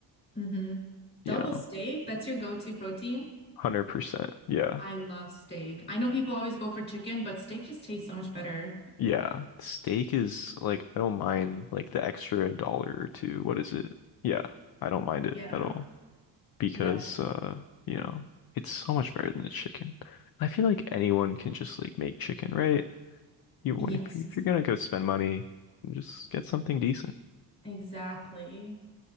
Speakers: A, on the left; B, on the left.
A: Mm-hmm.
B: you
A: Double
B: know,
A: steak, that's your go-to protein?
B: 100%. Yeah.
A: I love steak. I know people always go for chicken, but steak just tastes so much better.
B: Yeah. Steak is like I don't mind like the extra dollar or two. What is it? Yeah, I don't mind it
A: Yeah.
B: at all because
A: Yes.
B: uh, you know, it's so much better than the chicken. I feel like anyone can just like make chicken, right? You when
A: Yes.
B: if you, if you're gonna go spend money, just get something decent.
A: Exactly.